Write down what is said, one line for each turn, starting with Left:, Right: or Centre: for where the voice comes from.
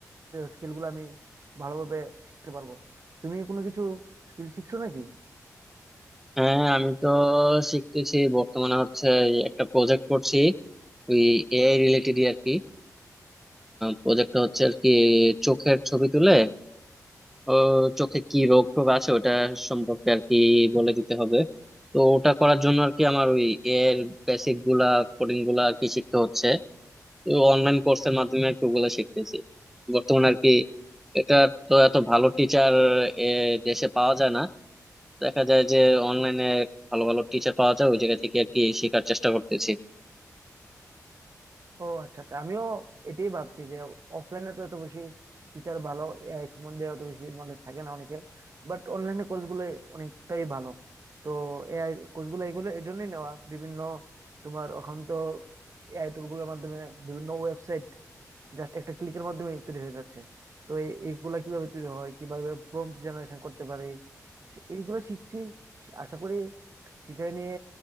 Right: স্কিল গুলো আমি ভালোভাবে শিখতে পারবো তুমি কোনো কিছু স্কিল শিখছো নাকি
Centre: হ্যাঁ আমি তো শিখতেছি বর্তমানে হচ্ছে এই একটা প্রজেক্ট করছি ওই এআই রিলেটেড আর কি প্রজেক্টটা হচ্ছে আর কি চোখের ছবি তুলে ও চোখে কি রোগ টোগ আছে ওটা সম্পর্কে আর কি বলে দিতে হবে তো ওটা করার জন্য আর কি আমার ওই এআই এর বেসিক গুলা কোডিং গুলা আর কি শিখতে হচ্ছে অনলাইন কোর্সের মাধ্যমে আর কি ওগুলা শিখতেছি বর্তমানে আর কি এটা তো এত ভালো টিচার দেশে পাওয়া যায় না দেখা যায় যে অনলাইনে ভালো ভালো টিচার পাওয়া যায় ওই জায়গা থেকে আর কি শেখার চেষ্টা করতেছি
Right: ও আচ্ছা আচ্ছা আমিও এটাই ভাবছি যে অফলাইনে তো এত বেশি টিচার ভালো এআই সম্বন্ধে অত বেশি নলেজ থাকে না অনেকের বাট অনলাইনে কোর্সগুলো অনেকটাই ভালো তো এআই কোর্সগুলো এগুলো এই জন্যই নেওয়া বিভিন্ন তোমার এখন তো এআই টুলগুলোর মাধ্যমে বিভিন্ন ওয়েবসাইট জাস্ট একটা ক্লিকের মাধ্যমে তৈরি হয়ে যাচ্ছে তো এই- এইগুলা কিভাবে তৈরি হয় কিভাবে প্রম্পট জেনারেশন করতে পারে সে- এইগুলো শিখছি আশা করি শিখে নিয়ে